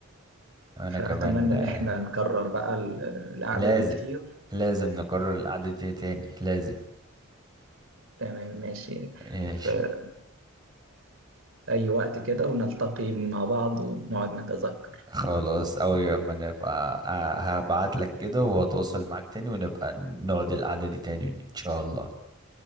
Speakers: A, on the right (about 20°); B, on the right (about 65°).
A: أنا
B: فأتمنى
A: كمان آه،
B: إن إحنا نكرر بقى ال- القعدة
A: لازم
B: دي كتير
A: لازم نكرر القعدة دي تاني لازم
B: تمام ماشي
A: ماشي
B: في أي وقت كده ونلتقي مع بعض ونقعد نتذكر
A: خلاص أوي أما نبقى آه، هبعت لك كده وأتواصل معاك تاني ونبقى نقعد القعدة دي تاني إن شاء الله